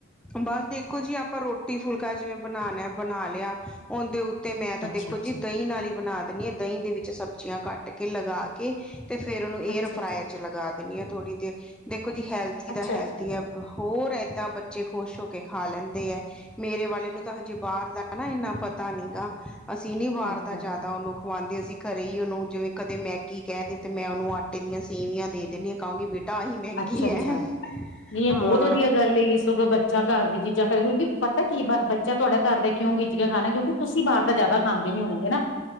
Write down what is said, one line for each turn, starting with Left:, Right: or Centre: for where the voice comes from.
Centre: ਬਸ ਦੇਖੋ ਜੀ ਆਪਾਂ ਰੋਟੀ ਫੁਲਕਾ, ਜਿਵੇਂ ਬਣਾਣੇ ਬਣਾ ਲਿਆ ਉਹਦੇ ਤੇ ਮੈਂ ਤਾਂ
Left: ਅੱਛਾ-ਅੱਛਾ
Centre: ਦੇਖੋ ਜੀ ਦਹੀਂ ਨਾਲ ਹੀ ਬਣਾ ਦਿੰਦੀ ਹਾਂ ਦਹੀਂ ਦੇ ਵਿੱਚ ਸਬਜ਼ੀਆਂ ਕੱਟ ਕੇ ਲਗਾ ਕੇ ਤੇ ਫੇਰ ਉਹਨੂੰ ਏਅਰ
Left: ਅੱਛਾ-ਅੱਛਾ
Centre: ਫਰਾਇਰ ਚ ਲਗਾ ਦੇਣੀ ਆ ਥੋੜੀ ਦੇਰ, ਦੇਖੋ ਜੀ ਹੈਲਥੀ
Left: ਅੱਛਾ-ਅੱਛਾ
Centre: ਤਾ ਹੈਲਥੀ ਆ। ਹੋਰ ਏਦਾਂ ਬੱਚੇ ਖੁਸ਼ ਹੋ ਕੇ ਖਾ ਲੈਂਦੇ ਹੈ ਮੇਰੇ ਵਾਲੇ ਮੈਨੂੰ ਤਾਂ ਹਜੇ ਬਾਹਰ ਦਾ ਨਾ ਇੰਨਾ ਪਤਾ ਨੀ ਗਾ ਅਸੀਂ ਨੀ ਬਾਹਰ
Left: ਅੱਛਾ-ਅੱਛਾ
Centre: ਦਾ ਜ਼ਿਆਦਾ ਉਹਨੂੰ ਖਵਾਉਂਦੇ ਅਸੀਂ ਘਰੇ ਹੀ ਉਹਨੂੰ ਜਿਵੇਂ ਕਦੇ ਮੈਗੀ ਕਹਿ ਦੇ ਤੇ ਮੈਂ ਉਹਨੂੰ ਆਟੇ ਦੀਆਂ ਸੇਵੀਆਂ ਦੇ ਦੇਣੀ ਆ ਕਹਾਂਗੀ ਬੇਟਾ ਆਹੀ ਮਹਿੰਗੀ
Left: ਅੱਛਾ-ਅੱਛਾ
Centre: ਹੈ
Left: ਨਹੀਂ ਇਹ
Centre: ਹਾਂ
Left: ਬਹੁਤ <unintelligible> ਬੱਚਾ ਘਰ ਦੀ ਚੀਜ਼ਾਂ ਖਾ ਕਿਉਂਕਿ ਪਤਾ ਕੀ ਬੱਚਾ ਤੁਹਾਡੇ ਘਰ ਦਾ ਕਿਉਂ ਗਿੱਜ ਗਿਆ ਖਾਣਾ ਕਿਉਂਕਿ ਤੁਸੀਂ ਬਾਹਰ ਦਾ ਜਾ ਖਾਂਦੇ ਨਹੀਂ ਹੋਗੇ ਨਾ।